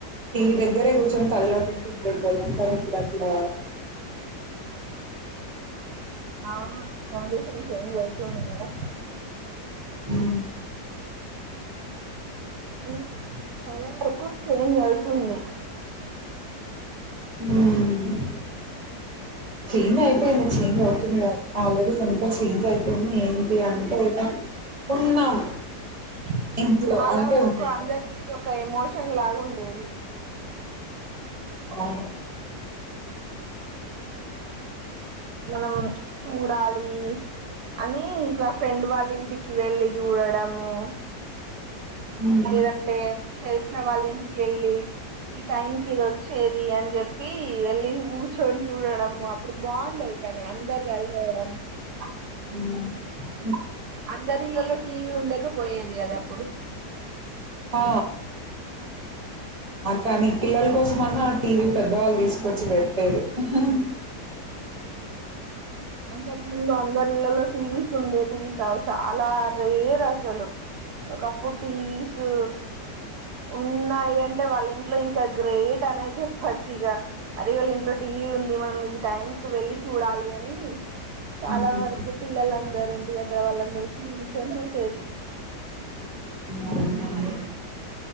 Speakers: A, on the right (about 20°); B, on the right (about 70°).
A: టీవి దగ్గరే కూర్చొని తలలో పెంచు బొలం కా ఇట్లా
B: అవునా <unintelligible> జరుగుతుండి కదా
A: ఊమ్
B: ఎందుకు చాలా వరకు చేంజ్ అవుతుంది
A: ఊమ్ చేంజ్ అయిపోయింది చేంజ్ అవుతుంది కద ఆల్రెడీ ఇంత చేంజ్ అయిపోయింది ఏంటి అంటే ఇక ఉన్నాం.
B: మూవీస్ అంటే
A: ఇంట్లో
B: చాలా
A: అంటే
B: వరకు
A: ఉన్నాం
B: అందరికి ఒక ఎమోషన్ లాగా ఉండేది.
A: అవును
B: మనం చూడాలి అని ఇట్లా ఫ్రెండ్ వాళ్ళ ఇంటికి వెళ్ళి చూడడము
A: హ్మ్
B: లేదంటే తెలిసిన వాళ్ళ ఇంటికెళ్లి టైం కి ఇది ఓచ్చేది అని చెప్పి వెళ్ళి కూర్చొని చూడడం అప్పుడు బాగుండెది. కని అందరు కలివేయడం
A: ఉ
B: అందరిళ్ళల్లో టీవీ ఉండక పోయేది కదా అప్పుడు
A: ఆ కానీ పిల్లల కోసమన్నా ఆ టీవీ పెద్దవాళ్ళు తీసుకొచ్చి పెట్టలేదు. హాహా
B: అంతకముందు అందరిళ్లల్లో టీవీస్ ఉండేటివి కావు. చాలా రేర్ అసలు ఒకప్పుడు టీవీసూ ఉన్నాయి అంటే వాళ్ళింట్లో ఇంకా గ్రేట్ అనేది పచ్చిక అరే వాళ్ళ ఇంట్లో టీవీ ఉంది మనం ఈ టైం కి చూడాలి అని చాలా
A: హ్మ్
B: వరకు పిల్లలందరు వాళ్ళందరచ్చి కూర్చొని చూసేది
A: అవునండి